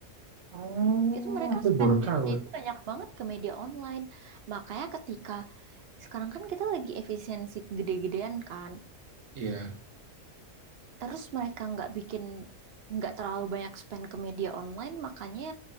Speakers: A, on the right; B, on the right.
A: Oh,
B: Itu mereka
A: aku
B: spend
A: baru
B: duitnya
A: tahu.
B: itu banyak banget ke media online. Makanya ketika sekarang kan kita lagi efisiensi gede-gedean kan.
A: Iya.
B: terus mereka nggak bikin nggak terlalu banyak spend ke media online makanya